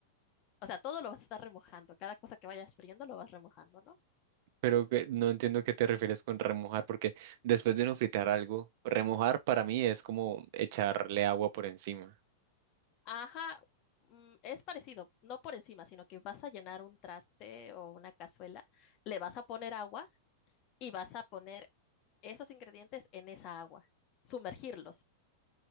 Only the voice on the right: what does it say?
Pero que- no entiendo qué te refieres con remojar, porque después de uno fritar algo, remojar para mí es como echarle agua por encima.